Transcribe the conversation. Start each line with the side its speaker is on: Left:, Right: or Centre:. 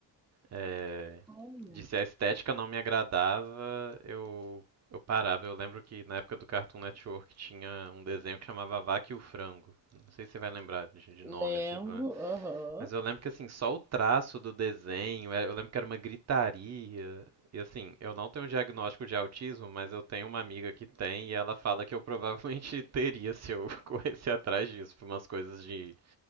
Right: eh,
Centre: Olha.
Right: de se a estética não me agradava, eu, eu parava. Eu lembro que na época do Cartoon Network tinha um desenho que chamava A Vaca e o Frango. Não sei se você vai lembrar de, de nome,
Centre: Lembro,
Right: assim, pelo
Centre: aham.
Right: mas eu lembro que assim, só o traço do desenho, era- eu lembro que era uma gritaria. E assim, eu não tenho diagnóstico de autismo, mas eu tenho uma amiga que tem e ela fala que eu provavelmente <laughs> teria se eu <laughs> corresse atrás disso, por umas coisas de,